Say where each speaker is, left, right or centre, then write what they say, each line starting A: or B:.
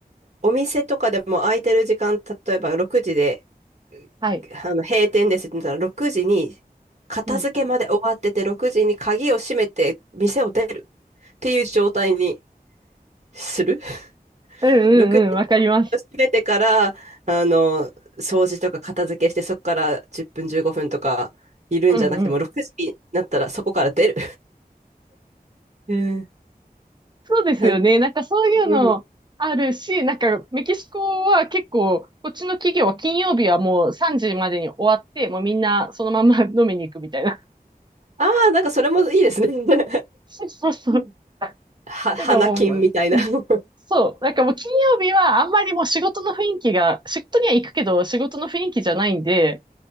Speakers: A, on the right (about 45°); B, on the right (about 30°).
A: お店とかでも空いてる時間、例えば6時で、う
B: はい。
A: あの閉店ですって言ったら6時に片付けまで終わってて6時に鍵を閉めて店を出るっていう状態に
B: うん。
A: する。<laughs>
B: うんうんうん、
A: 6時
B: わかります。
A: を閉めてから、あの、掃除とか片付けしてそこから10分15分とかいるんじゃなくても6時になったらそこから出る。
B: うんうん。
A: ええ
B: そうですよね。
A: は
B: なんかそういうのあるし、
A: うん。
B: なんかメキシコは結構、こっちの企業は金曜日はもう3時までに終わって、もうみんなそのまんま飲みに行くみたいな。
A: ああ、なんかそれもいいですね。<laughs>
B: そうそうそう。
A: うんは、花金みたいな。
B: なんかもう、
A: <laughs>
B: そう。なんかもう金曜日はあんまりもう仕事の雰囲気が、仕事には行くけど仕事の雰囲気じゃないんで、